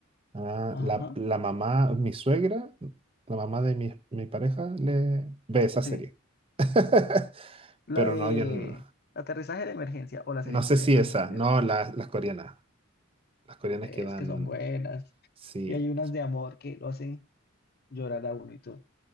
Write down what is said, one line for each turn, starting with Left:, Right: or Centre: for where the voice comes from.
Right: Ah, la,
Left: Ajá.
Right: la mamá, mi suegra, la mamá de mi, mi pareja, le ve esa serie.
Left: Sí.
Right: <laughs>
Left: La
Right: Pero
Left: de
Right: no, yo no,
Left: Aterrizaje de Emergencia o las
Right: no
Left: series
Right: sé
Left: coreanas
Right: si esa,
Left: en general.
Right: no, la- las coreanas. Las coreanas
Left: Es
Right: que dan,
Left: que son buenas.
Right: sí.
Left: Y hay unas de amor que lo hacen llorar a uno y todo.